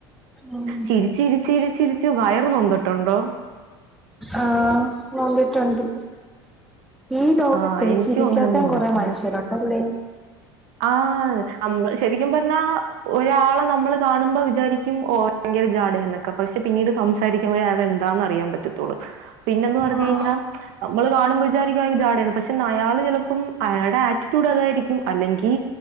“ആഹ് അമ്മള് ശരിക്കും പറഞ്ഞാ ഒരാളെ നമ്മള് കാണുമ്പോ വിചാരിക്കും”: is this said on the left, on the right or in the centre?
Right